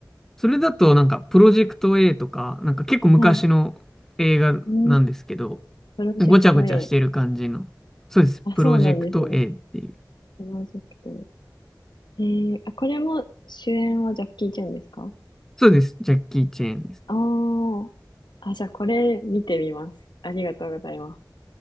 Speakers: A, in the centre; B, on the left.
A: それだとなんか、プロジェクト A とか、なんか結構昔の映画なんですけど、
B: はい。うん。プロジェクト
A: ごちゃごちゃしてる感じの。
B: A。
A: そうです。
B: あ、
A: プロジェクト
B: そうなんですね。
A: A っていう。
B: プロジェクト A。えー、あ、これも主演はジャッキー・チェンですか
A: そうです。ジャッキー・チェーンです。
B: ああー。あ、じゃあこれ見てみます。ありがとうございます。あ